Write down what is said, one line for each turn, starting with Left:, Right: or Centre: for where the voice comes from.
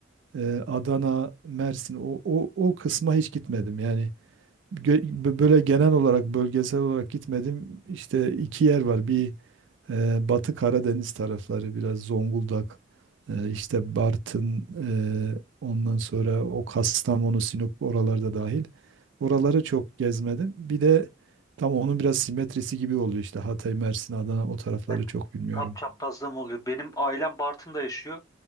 Right: e, Adana, Mersin o, o, o kısma hiç gitmedim. Yani gö- bö- böyle genel olarak bölgesel olarak gitmedim. İşte iki yer var. Bir e, Batı Karadeniz tarafları biraz Zonguldak, e, işte Bartın, e, ondan sonra o Kastamonu, Sinop oralarda dahil. Oraları çok gezmedim. Bir de tam onun biraz simetrisi gibi oluyor işte Hatay, Mersin, Adana o tarafları
Left: Evet.
Right: çok bilmiyorum.
Left: Tap çaprazlığım oluyor. Benim ailem Bartın'da yaşıyor